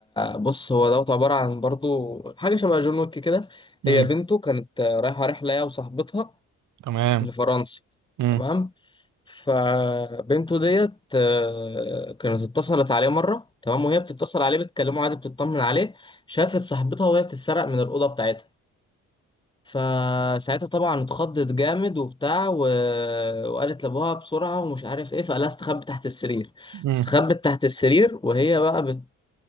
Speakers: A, on the left; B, on the right.
A: بص هو دوت عبارة عن برضه حاجة شبه جون ويك كده
B: امم
A: هي بنته كانت آه، رايحة رحلة هي وصاحبتها
B: تمام
A: لفرنسا
B: امم
A: تمام فبنته ديت آه، كانت اتصلت عليه مرة تمام وهي بتتصل عليه بتكلمه عادي بتطمن عليه شافت صاحبتها وهي بتتسرق من الأوضة بتاعتها فساعتها طبعا اتخضت جامد وبتاع و... وقالت لابوها بسرعة ومش عارف ايه فقالها استخبت تحت السرير
B: امم
A: استخبت تحت السرير وهي بقى بت